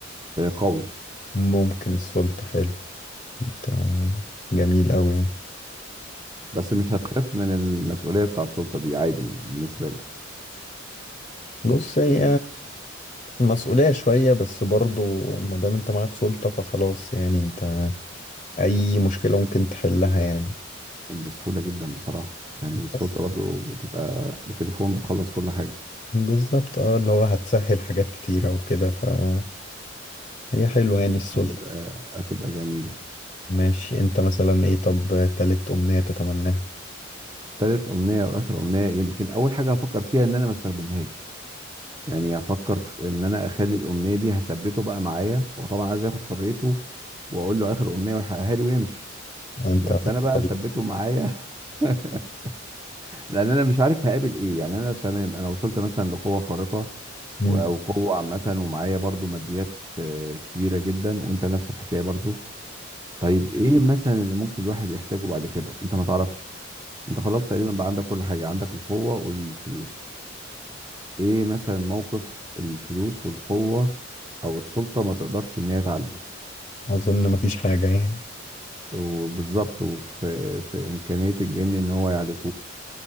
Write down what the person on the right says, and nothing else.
قوي
بس مش هتخاف من المسؤولية بتاع السلطة دي عادي يعني بالنسبة لك
بسهولة جدا بصراحة يعني السلطة
برضو بتبقى بتليفون بتخلص كل حاجة
هتبقى هتبقى جميلة
تالت أمنية وآخر أمنية يمكن أول حاجة هفكر فيها إن أنا ما استخدمهاش يعني هفكر في إن أنا أخلي الأمنية دي هثبته بقى معايا هو طبعا عايز ياخد حريته وأقول له آخر أمنية ويحققها لي ويمشي
بس
أنا بقى ثبته معايا <laughs> <laughs> لان انا مش عارف هقابل ايه يعني انا تمام انا وصلت مثلا لقوه خارقه
و- او قوه عامه ومعايا برضو ماديات آه، كبيره جدا وانت نفس الحكايه برضو طيب ايه مثلا اللي ممكن الواحد يحتاجه بعد كده انت ما تعرفش انت خلاص تقريبا بقى عندك كل حاجه عندك القوه والفلوس ايه مثلا موقف الفلوس والقوه او السلطه ما تقدرش ان هي تعالجه
وبالظبط وفي في امكانيه الجن ان هو يعالجه